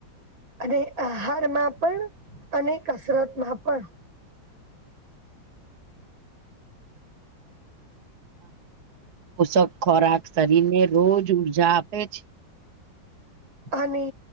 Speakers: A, on the right (about 85°); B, on the right (about 55°).
A: અને આહારમાં પણ અને કસરત માં પણ
B: પોષક ખોરાક શરીર ને રોજ ઊર્જા આપે છે.
A: અને